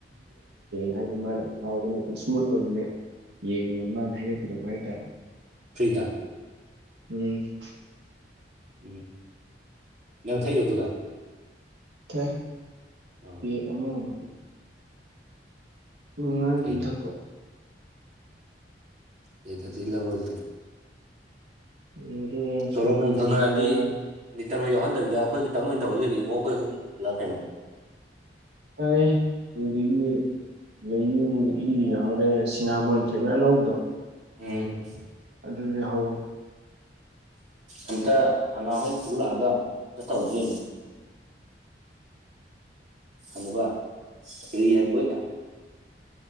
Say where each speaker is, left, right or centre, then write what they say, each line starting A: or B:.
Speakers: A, on the right; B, on the right.
A: ꯍꯥꯏꯕꯗ ꯃꯥꯅ ꯍꯥꯎꯕꯅꯦ ꯏꯁꯃꯨꯠ ꯑꯣꯏꯕꯅꯦ ꯌꯦꯡꯉꯣ ꯃꯥꯅꯥ <unintelligible> ꯍꯥꯏꯇꯥꯏ
B: ꯐ꯭ꯔꯤꯗꯥ
A: ꯎꯝ
B: ꯎꯝ ꯅꯪ ꯊꯛꯏ ꯑꯗꯨꯒ
A: ꯀꯦ
B: ꯑꯥ
A: ꯄꯦꯛ ꯑꯃꯥ ꯑꯃꯨꯛ ꯅꯨꯡꯉꯥꯏ ꯑꯗꯨꯝ
B: ꯐꯩꯅꯦ
A: ꯊꯛꯄꯥ
B: <unintelligible>
A: ꯑꯗꯨꯒ
B: ꯇꯂꯣꯞꯅꯨꯡ
A: ꯁꯣꯖꯨ
B: ꯐꯪꯅꯔꯥꯗꯤ
A: ꯌꯥꯎꯔꯦ
B: ꯀꯩꯅꯣ ꯌꯥꯎꯍꯟꯗꯕꯤꯗ ꯑꯩꯈꯣꯏ ꯈꯤꯇꯪ ꯑꯣꯏꯅ ꯇꯧꯔꯒꯗꯤ ꯏꯡꯉꯣ ꯑꯩꯈꯣꯏ ꯑꯍꯨꯝꯂꯥ ꯀꯩꯅꯣ
A: ꯑꯗꯨꯗꯒꯤ <unintelligible> <unintelligible>
B: ꯎꯝ
A: ꯑꯗꯨꯁꯨ ꯌꯥꯎꯍꯧꯕꯅꯦ
B: ꯑꯝꯇꯥ ꯑꯅꯥꯍꯣꯏ ꯄꯨꯂꯥꯛꯑꯒꯥ ꯑꯝꯇꯥ ꯇꯧꯗꯨꯏꯅꯦ ꯑꯃꯨꯛꯀꯥ ꯔꯤ ꯍꯟꯕ ꯑꯣꯏꯅꯥ